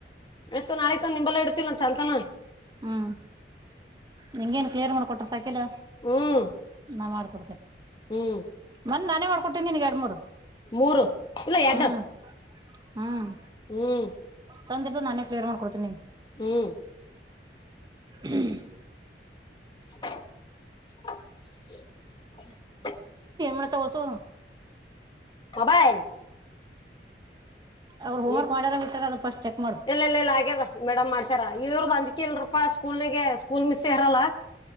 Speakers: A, on the left; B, on the right.
A: ಸರಿ ಆಯ್ತು ನಿಂಬಲ್ಲೆ ಇಡ್ತೀನ ಚಲ್ತಾನ
B: ಹ್ಮ್ ನಿಂಗೇನು ಕ್ಲಿಯರ್ ಮಾಡಿಕೊಟ್ರೆ ಸಾಕ ಯಕಿಲ್ಲ
A: ಹ್ಮ್
B: ನಾ ಮಾಡ್ಕೊಡ್ತೇನೆ
A: ಹ್ಮ್
B: ಮೊನ್ನೆ ನಾನೇ ಮಾಡ್ಕೊಡ್ಟ್ಟೀನಿ ನಿನ್ಗ್ ಎರಡು ಮೂರು
A: ಮೂರು ಇಲ್ಲ ಎರಡು
B: ಹ್ಮ್ ಹ್ಮ್
A: ಹ್ಮ್
B: ತಂದು ಈಡು ನಾನೇ ಕ್ಲಿಯರ್ ಮಾಡ್ಕೊಡ್ತೀನಿ ನಿಂಗ್
A: ಹ್ಮ್
B: ಹ್ಮ್
A: <inaudible>
B: ಮತ್ತೆ ವಾಸು
A: ಮೊಬೈಲ್
B: ಅವ್ರು ಹೋಮ್ವರ್ಕ್
A: ಈ
B: ಮಾಡ್ಯಾರ ಬಿಟ್ಟಾರ ಅದು ಫಸ್ಟ್ ಚೆಕ್ ಮಾಡು
A: ಇಲ್ಲ ಇಲ್ಲ ಇಲ್ಲ ಆಗ್ಯದ ಮೇಡಮ್ ಮಾಡ್ಸಯರ ಇವರ್ದ್ ಅಂಜ್ಕಿ ಇಲ್ರಪಾ ಸ್ಕೂಲ್ನಿಗೆ ಸ್ಕೂಲ್ ಮಿಸ್ ಇರಲ್ಲ.